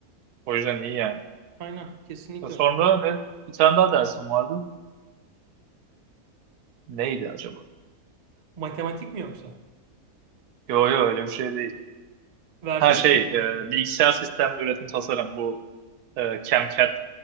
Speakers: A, on the right; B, on the right.
A: O yüzden iyi yani.
B: Aynen. Kesinlikle
A: Sonra
B: öyle.
A: ne? Bir tane daha dersim vardı. Neydi acaba?
B: Matematik mi yoksa?
A: Yo yo öyle bir şey değil.
B: Verdim
A: Her şey
B: mi? matematik?
A: e, bilgisayar sistemli üretim tasarım bu e, CAM/CAD